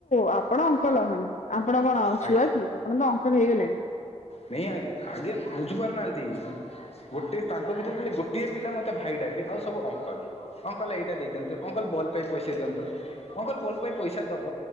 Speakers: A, on the left; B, on the left.
A: ଆପଣ ଅଙ୍କଲ୍। ହ ଆପଣ କଣ ଆଉ
B: ଆ
A: ଛୁଆ କି ଆପଣ ତ ଅଙ୍କଲ୍ ହେଇଗଲେଣି।
B: ନେଇଁ ଆଗି ଆଗେ ବୁଝିପାରୁନାହାନ୍ତି। ଗୋଟେ ତାଙ୍କ ଭିତରୁ ଖାଲି ଗୋଟିଏ ପିଲା ମତେ ଭାଇ ଡାକେ ଆଉ ସବୁ ଅଙ୍କଲ୍। ଅଙ୍କଲ୍ ଏଇଟା ଦେଇଦିଅନ୍ତୁ ଅଙ୍କଲ୍ ବଲ୍ ପାଇଁ ପଇସା ଦିଅନ୍ତୁ। ଅଙ୍କଲ୍ ବଲ୍ ପାଇଁ ପଇସା ଦବ